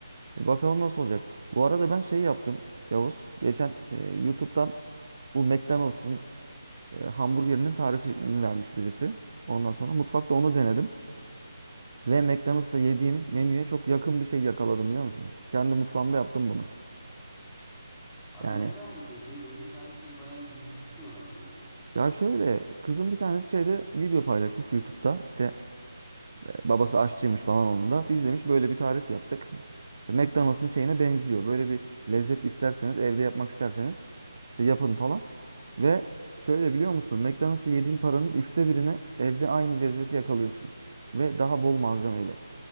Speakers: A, on the right (about 50°); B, in the centre.
A: E bakalım nasıl olacak. Bu arada ben şey yaptım Yavuz. Geçen e, YouTube'dan bu McDonald's'ın e, hamburgerinin tarifini vermiş birisi. Ondan sonra mutfakta onu denedim. Ve McDonald's'ta yediğim menüye çok yakın bir şey yakaladım biliyor musun? Kendi mutfağımda yaptım bunu.
B: Abi
A: Yani
B: nereden buldun şeyi? Böyle tarifleri bayağı gizli tutuyorlar çünkü.
A: ya şöyle kızım bir tanesi şeyde video paylaşmış YouTube'da. İşte e, babası aşçıymış falan onun da. Biz demiş böyle bir tarif yaptık. İşte McDonald's'ın şeyine benziyor. Böyle bir lezzet isterseniz evde yapmak isterseniz işte yapın falan. Ve şöyle biliyor musun? McDonald's'ta yediğin paranın üçte birine evde aynı lezzeti yakalıyorsun. Ve daha bol malzemeyle.